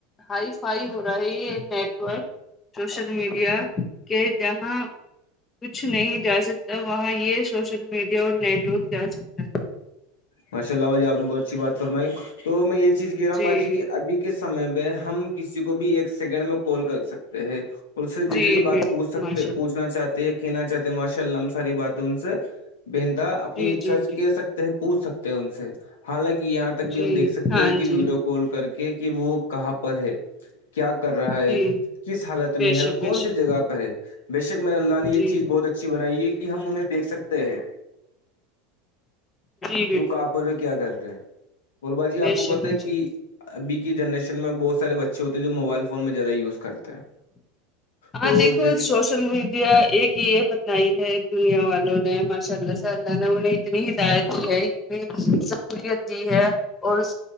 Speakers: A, on the left; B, on the left.
A: ہائی فائی ہو رہا ہے یہ نیٹورک سوشل میڈیا کہ جہاں کچھ نہیں جا سکتا وہاں یہ سوشل میڈیا اور نیٹ ورک جا سکتا ہے
B: ماشا اللہ باجی آپ نے بہت اچھی بات فرمائی تو میں یہ چیز کہہ رہا ہوں
A: جی
B: باجی اب کے سمے میں ہم کسی کو بھی ایک سیکنڈ میں کال کر سکتے ہیں اس سے
A: جی
B: جتنی بات
A: بالکل
B: پوچھ سکتے
A: ماشاء اللہ
B: پوچھنا چاہتے ہیں کہنا چاہتے ہیں ماشاء اللہ ہم ساری باتیں ان سے بہنتا اپنی
A: جی
B: اچھا
A: جی
B: سے
A: جی
B: کہہ سکتے ہیں پوچھ سکتے ہیں ان سے حالانکہ یہاں تک بھی
A: جی
B: ہم دیکھ سکتے
A: ہاں
B: ہیں کہ
A: جی
B: ویڈیو کال کر کے کہ وہ کہاں پر ہے کیا کر رہا ہے
A: جی
B: س حالت
A: بے
B: میں ہے اور
A: شک بے
B: کون
A: شک
B: سی جگہ پر ہے بے شک م اللہ یہ
A: جی
B: چیز بہت اچھی اچھی بنائیے کہ ہم انہیں دیک سکتے ہیں
A: جی <inaudible>
B: آپ کیا کر رہے ہیں اورور با جی
A: بے
B: آپ کو
A: شک
B: پت
A: بے
B: ہے
A: شک
B: کہ ابھی کی جنریشن میں بہت سارے بچے ہوتے ہیں جو موبائل فون میں زیادہ یوز کرتے ہیں
A: ہاں
B: تو
A: دیکو
B: جیسے
A: میڈیا ایک یہ بتنائی ہے دنیا والوں نے ماشاء اللہ سے اللہ نے انہیں <inaudible> اتنی ہدایت دی ہے انی سہولیت دی ہے اور <inaudible>